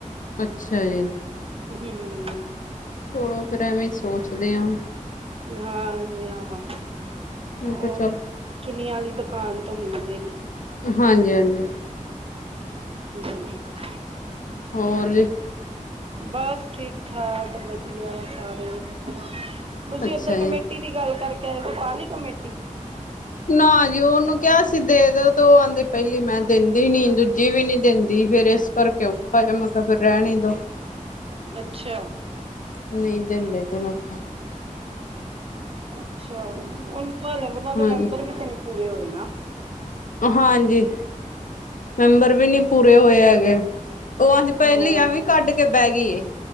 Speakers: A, on the left (about 75°); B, on the right (about 45°).
A: ਅੱਛਾ ਜੀ!
B: ਹਮ।
A: ਹੁੰ, ਚਲੋ ਫਿਰ ਐਵੇਂ ਸੋਚਦੇ ਹਾਂ।
B: ਹਾਂਜੀ ਹਾਂ।
A: ਮੈਂ
B: ਉਹ
A: ਕਿਹਾ ਚੱਲ
B: ਚੁੰਨੀਆਂ ਵਾਲੀ ਦੁਕਾਨ ਤੋਂ ਮਿਲ ਜਾਏਗੀ।
A: ਹਾਂਜੀ ਹਾਂਜੀ।
B: ਹਮ <unintelligible>
A: ਹੋਰ ਜੀ
B: ਬਸ ਠੀਕ ਠਾਕਵਧ ਵਧੀਆ ਸਾਰੇ ਤੁਸੀਂ
A: ਅੱਛਾ
B: ਓਧਰ
A: ਜੀ
B: ਕਮੇਟੀ ਦੀ ਗੱਲ ਕਰਕੇ ਆਏ ਪਾ ਲਈ ਕਮੇਟੀ
A: ਨਾ ਜੀ ਉਹਨੂੰ ਕਿਹਾ ਸੀ ਦੇ ਦਿਓ ਉਹ ਆਉਂਦੇ ਪਹਿਲੀ ਮੈਂ ਦਿੰਦੀ ਨੀ, ਦੂਜੀ ਵੀ ਨੀ ਦਿੰਦੀ ਫੇਰ ਇਸ ਕਰਕੇ ਓ ਚੱਲ ਮੈਂ ਕਿਹਾ ਫਿਰ ਰਹਿਣ ਦੋ।
B: ਅੱਛਾ।
A: ਨਹੀਂ ਦਿੰਦੇ ਤੇ ਮੈਂ ਕਹਿ ਆ।
B: ਅੱਛਾ ਉਹਨੂੰ ਉਹਨੇ
A: ਹਾਂਜੀ
B: ਦੇ ਮੈਂਬਰ ਵੀ ਤੇ ਨ ਪੂਰੇ ਹੋਏ ਨਾ।
A: ਹਾਂਜੀ। ਮੈਂਬਰ ਵੀ ਨੀ ਪੂਰੇ ਹੋਏ ਹੈਗੇ, ਉਹ ਅਜ ਪਹਿਲੀਆਂ
B: ਹਾਂ
A: ਵੀ ਕੱਢ ਬਹਿ ਗਈ ਏ